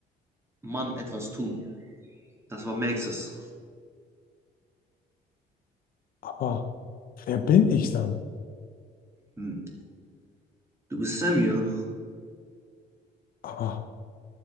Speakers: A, on the right (about 15°); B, on the left (about 60°).
A: Mann etwas tun. Das war Maxes.
B: Aber wer bin ich dann?
A: Hm, Du bist Samuel.
B: Aber